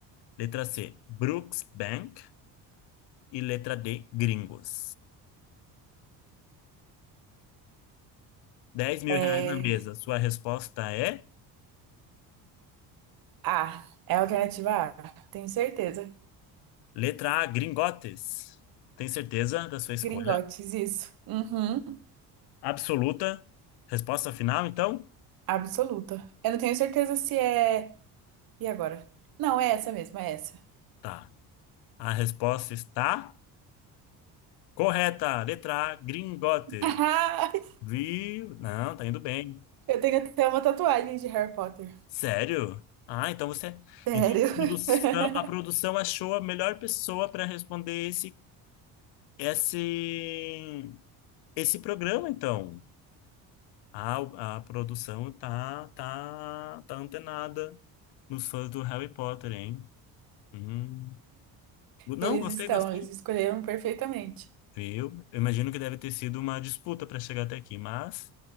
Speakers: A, on the left; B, on the right.
A: Letra C. Brooks Bank. E letra D. Gringos. Dez mil
B: É.
A: reais na mesa. Sua resposta é
B: A. É a alternativa A, tenho certeza.
A: letra A. Gringotes. Tem certeza da sua escolha?
B: Gringotes, isso. Uhum.
A: Absoluta. Resposta final, então?
B: Absoluta. Eu não tenho certeza se é. E agora? Não, é essa mesmo, é essa.
A: Tá. A resposta está correta. Letra A. Gringotes.
B: <laughs>
A: Viu? Não, tá indo bem.
B: Eu tenho até uma tatuagem de Harry Potter.
A: Sério? Ah, então você.
B: Sério.
A: Então a produção,
B: <laughs>
A: a produção achou a melhor pessoa para responder esse, esse, esse programa, então. A, o- a produção tá, tá, tá antenada nos fãs do Harry Potter, hein? Hum. Não,
B: Eles
A: gostei,
B: estão,
A: gostei.
B: eles escolheram perfeitamente.
A: Viu? Eu imagino que deve ter sido uma disputa para chegar até aqui, mas.